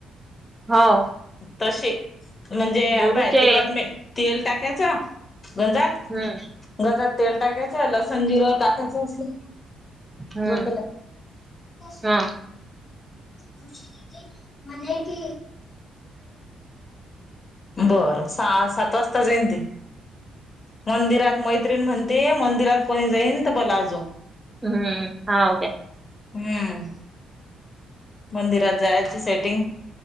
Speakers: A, on the right; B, on the left.
A: हो.
B: तसे म्हणजे
A: बोरूचे
B: हाबाय तिकट ले तेल टाकायचं गंजात.
A: हम्म.
B: गंजात तेल टाकायचं लसन जिरं टाकायचं असल
A: हम्म
B: झोपेला. सज
A: हा
B: खुशीे म्हनाकी. बर सहा सात वाजता जाईन ते. मंदिरात मैत्रीण म्हणते मंदिरात कोणी जाईन तर बोलाव जो.
A: हम्म हाव काय?
B: हम्म. मंदिरात जायची सेटिंग.